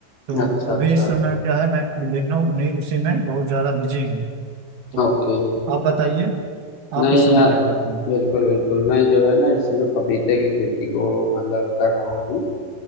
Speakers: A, on the right (about 60°); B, on the left (about 75°).
A: तो
B: अच्छा अच्छा
A: अभी इस समय क्या है मैं इन दिनों उन्हीं उसी में बहुत ज़्यादा बिजी हूँ तो
B: ओके
A: आप बताइए
B: नहीं
A: आप इस समय
B: यार
A: क्या कर रहे हैं
B: बिल्कुल बिल्कुल मैं जो है ना इस समय पपीते की खेती को मतलब कर रहा हूँ